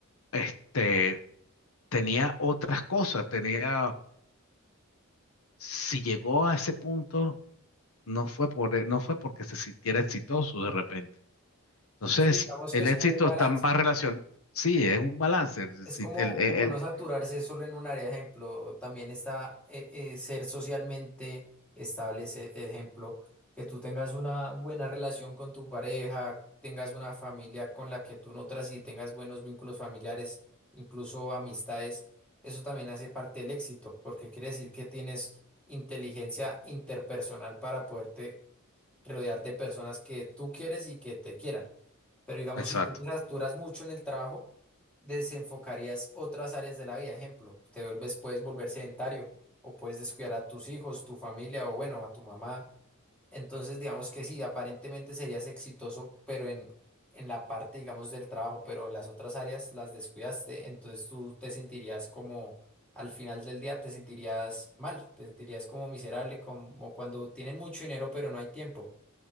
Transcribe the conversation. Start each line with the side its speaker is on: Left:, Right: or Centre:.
Left: este, tenía otras cosas, tenía, si llegó a ese punto, no fue por, e, no fue porque se sintiera exitoso de repente. Entonces,
Centre: Sí, digamos
Left: si el
Centre: que es
Left: éxito
Centre: como un balance.
Left: está más relacionado, sí, es un balance,
Centre: Es
Left: si
Centre: como,
Left: el, el-
Centre: como no
Left: el-
Centre: saturarse solo en un área, ejemplo, también está eh, eh, ser socialmente estable, ese ejemplo, que tú tengas una buena relación con tu pareja, tengas una familia con la que tú nutras y tengas buenos vínculos familiares, incluso amistades, eso también hace parte del éxito, porque quiere decir que tienes inteligencia interpersonal para poderte rodear de personas que tú quieres y que te quieran. Pero digamos,
Left: exacto.
Centre: si tú te saturas mucho en el trabajo, desenfocarías otras áreas de la vida. Ejemplo, te vuelves, puedes volver sedentario o puedes descuidar a tus hijos, tu familia o bueno, a tu mamá. Entonces, digamos que sí, aparentemente serías exitoso, pero en, en la parte, digamos, del trabajo, pero las otras áreas las descuidaste. Entonces tú te sentirías como, al final del día te sentirías mal, te sentirías como miserable, como cuando tienen mucho dinero, pero no hay tiempo.